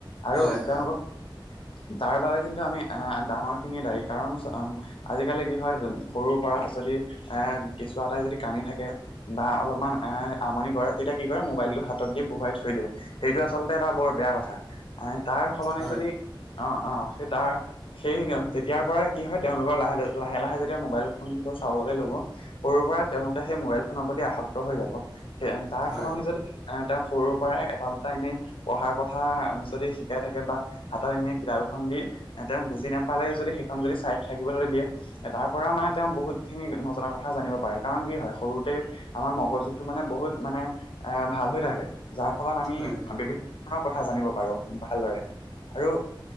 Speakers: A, on the left; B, in the centre.
A: আৰু
B: হয়
A: তেওঁলোকক
B: হয়
A: তাৰ বাবে কিন্তু আমি আহ ডাঙৰখিনিয়ে দায়ী কাৰণ আজিকালি কি হয় সৰুৰ পৰা যদি এ কেঁচুৱা এটাই যদি কান্দি থাকে বা অলপমান আমনি কৰে, তেতিয়া কি কৰে মোবাইলটো হাতত দি বহুৱাই থই দিয়ে। সেইটো আচলতে এটা বৰ বেয়া কথা। তাৰ সলনি
B: হয়,
A: যদি অ, অ সেই তাৰ সেই তেতিয়াৰ পৰা কি হয়, তেওঁলোকৰ লাহে, লাহে, লাহে যেতিয়া মোবাইল ফোনটো চাবলৈ লব সৰুৰ পৰাই তেওঁলোকে সেই মোবাইল ফোনৰ প্ৰতি আসক্ত হৈ যাব। সেইয়া তাৰ
B: হয়,
A: সলনি যদি এ তেওঁ সৰুৰ পৰাই এটা দুটা এনেই পঢ়াৰ কথা যদি শিকাই থাকে বা হাতত এনে কিতাপ এখন দি এ তেওঁ বুজি নাপালে যদি সেইখন যদি চাই থাকিবলৈ দিয়ে তাৰ পৰা মানে তেওঁ বহুত খিনি নজনা কথা জানিব পাৰে, কাৰণ কি হয় সৰুতে আমাৰ মগজুটো মানে বহুত মানে এ ভাল হৈ থাকে। যাৰ ফলত আমি
B: হয়,
A: বিভিন্ন ধৰণৰ কথা জানিব পাৰো ভালদৰে। আৰু